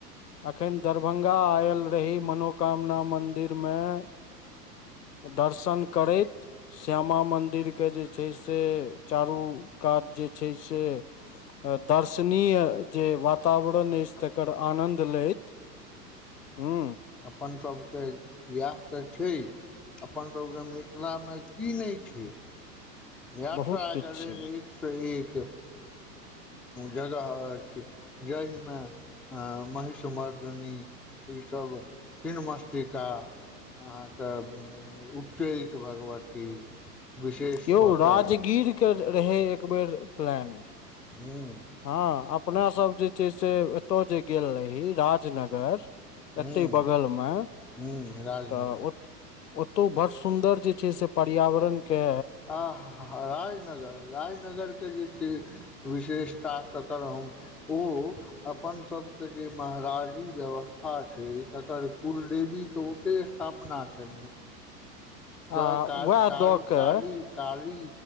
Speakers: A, on the left; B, in the centre.
A: एखन दरभंगा आयल रही मनोकामना मन्दिर में दर्शन करैत श्यामा मन्दिर केँ जे छै से चारू कात जे छै से दर्शनीय जे वातावरण अछि तेकर आनद देलैथ हु
B: अपन सभके इएह तऽ छै अपनसभके मिथिलामे की नै छै। यात्रा
A: बहुत किछु
B: <unintelligible>
A: छै
B: सँ एक जगह अछि जाहिमे आ महीष मर्दनी ईसभ छिन्नमस्तिका अहाँके उच्चैठ भगबती विशेष
A: यौ
B: कऽ
A: राजगीर
B: कऽ
A: के रहै एक बेेर प्लान
B: हूँ
A: हँ अपना सब जे छै से एतौ जे गेल रही राज जनगर
B: हूँ
A: एते बगल मे
B: हूँ राजनगर
A: तऽ ओतौ ब सुन्दर जे छै से पर्यावरण के
B: आ हा हा राजनगर राजनगरके जे छै विशेषता तकर हम ओ अपन सबके जे महाराजी व्यवस्था छै तकर कुलदेवी के उते थापना छै क
A: आ
B: काली
A: वएह
B: का
A: दऽ के
B: काली काली